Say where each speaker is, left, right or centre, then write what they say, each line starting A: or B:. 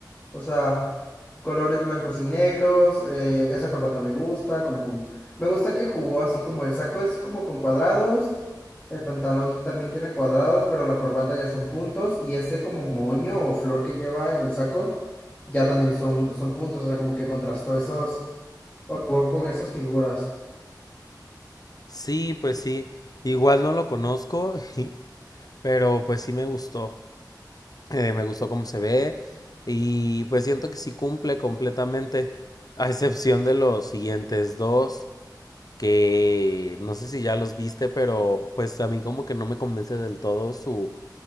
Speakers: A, on the left; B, on the left.
A: O sea, colores blancos y negros, eh, esa corbata me gusta, como con... Me gusta que jugó así como el saco es como con cuadrados, el pantalón también tiene cuadrados, pero la corbata ya son puntos y ese como moño o flor que lleva en el saco ya también son, son puntos, o sea, como que contrastó esos, o jugó con esas figuras.
B: Sí, pues sí, igual no lo conozco, <laughs> pero pues sí me gustó, eh, me gustó cómo se ve y pues siento que sí cumple completamente, a excepción de los siguientes dos, que no sé si ya los viste, pero pues a mí como que no me convence del todo su,